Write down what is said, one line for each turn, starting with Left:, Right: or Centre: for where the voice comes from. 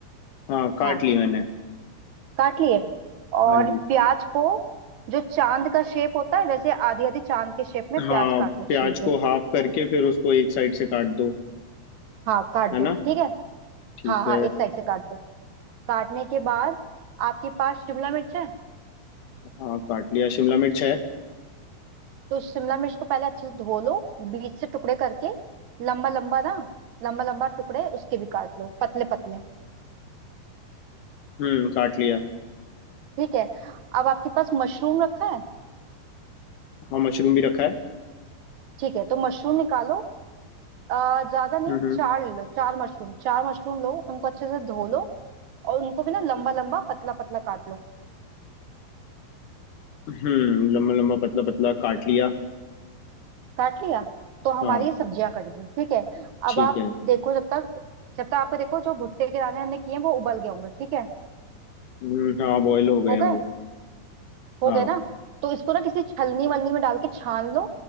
Left: हाँ काट
Right: हाँ
Left: ली मैंने
Right: काट लिए और
Left: हाँ जी
Right: प्याज को जो चांद का शेप होता है वैसे आधी आधी चांद के शेप में प्याज
Left: हाँ
Right: काट लो
Left: प्याज
Right: छील
Left: को
Right: के
Left: हाफ करके फिर उसको एक साइड से काट दो
Right: हाँ काट
Left: है ना
Right: दो ठीक है
Left: ठीक
Right: हाँ हाँ
Left: है
Right: एक साइड से काट दो काटने के बाद आपके पास शिमला मिर्च है
Left: हाँ काट लिया शिमला मिर्च है
Right: तो शिमला मिर्च को पहले अच्छे से धो लो बीच से टुकड़े करके लंबा लंबा ना लंबा लंबा टुकड़े उसके भी काट लो पतले पतले
Left: हम्म काट लिया
Right: ठीक है अब आपके पास मशरूम रखा है
Left: हाँ मशरूम भी रखा है
Right: ठीक है तो मशरूम निकालो अ, ज्यादा नहीं
Left: हम्म
Right: चार ले लो चार मशरूम चार मशरूम लो उनको अच्छे से धो लो और उनको भी ना लंबा लंबा पतला पतला काट लो
Left: हम्म लम्बा लम्बा पतला पतला काट लिया
Right: काट लिया तो हमारी
Left: हाँ
Right: ये सब्जियां कट गई ठीक है
Left: ठीक
Right: अब आप
Left: है
Right: देखो जब तक जब तक आपको देखो जो भुट्टे के दाने हमने किए हैं वो उबल गए होंगे ठीक है
Left: हम्म, हाँ बॉयल हो गए
Right: हो
Left: हैं वो
Right: गए हो
Left: हाँ
Right: गए ना तो इसको ना किसी छलनी वलनी में डाल के छान लो